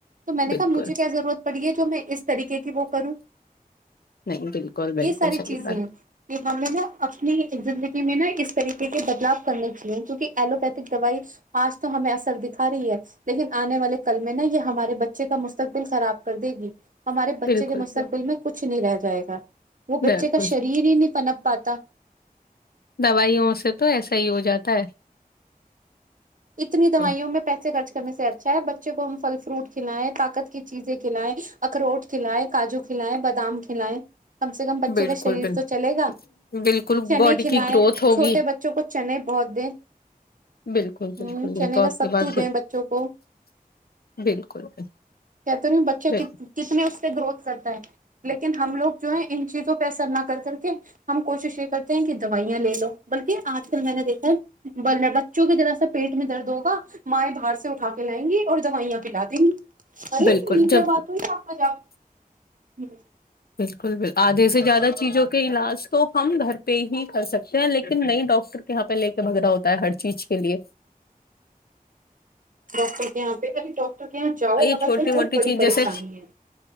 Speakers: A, on the right; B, on the left.
A: تو میں نے
B: بالکل
A: کہا مجھے کیا ضرورت پڑی ہے تو میں اس طریقے کی وہ کروں
B: نہیں بالکل بالکل
A: یہ ساری
B: صحی
A: چیزیں
B: بات
A: ہیں کہ ہمیں نا اپنی زندگی میں نا اس طریقے کے بدلاؤ کرنے چاہے کیونکہ ایلوپیتھک دوائی آج تو ہمیں اثر دکھا رہی ہے لیکن آنے والے کل میں نا یہ ہمارے بچے کا مستقبل خراب کر دے گی ہمارے بچے
B: بالکل
A: کے مستقبل میں کچھ نہیں رہتا جائے گا وہ
B: بالکل
A: بچے کا شریر فنپ پاتا
B: دوائیوں سے تو ایسا ہی ہو جاتا ہے
A: اتنی دوائیوں
B: بالکل
A: میں پیسے خرچ کرنے سے اچھا ہے بچ بچے کو ہم پل فروٹ کھلائیں طات کی چیزیں کھلائیں اخروٹ کھلائے کاجو کھلائے بادام کھلائے کم سے کم بچے
B: بالکل
A: کا شریر
B: بالکل
A: تو چلے گا
B: بالکل
A: چنے
B: باڈی
A: کھلائیں
B: کی گروتھ ہوگی
A: چھوٹے بچوں کو چنے بہت دیں
B: بالکل بالکل
A: ہ چنے
B: یہ تو آپ
A: کا ستو
B: کی بات
A: دیں بچوں کو
B: بالکل
A: کہتے رہی ہ بچہ
B: بالکل
A: کتنے اس سے گروتھ کر ہے لیکن ہم لوگ جو ہے ان چیزوں پہ اثر نہ کر کر کے ہم کوشش یہ کرتے ہیں ک دوائیاں لے لو بلکہ آج کل میں نے دیکھا ہے <inaudible> بچوں کی طذرا سا پیٹ میں درد ہوگا مائیں دھار سے اٹھا کے لائیں گی اور دوائیاں کلاا دیں گی ارے
B: بالکل
A: یہ
B: جب
A: کیا بات ہوئی آپ کا جام <inaudible> جی <unintelligible>
B: بالکل آدھے سے زیادہ چیزوں کے علاج تو ہم گھر پہ ہی کر سکتے ہیں لیکن نئی ڈاکٹر کے یہاں پہ لے کے بھگ رہا ہوتا ہے ہر چیز کے لیے <inaudible>
A: ڈاکٹر کے یہاں پہ ابھی ڈاکٹر کے یہاں جاؤ
B: یہ
A: اگر
B: چھوٹی
A: کوئی
B: موٹی
A: بہت بڑی
B: چیز
A: پریشانی
B: جیسے
A: ہے <inaudible>